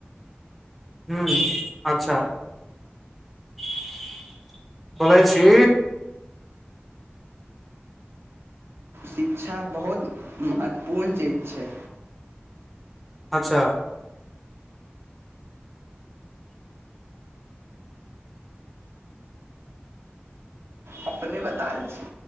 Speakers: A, in the centre; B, on the right.
A: हुं अच्छा <unintelligible> बोलै छी।
B: शिक्षा बहुत महत्वपूर्ण चीज छै।
A: अच्छा।
B: अपने बताल छी।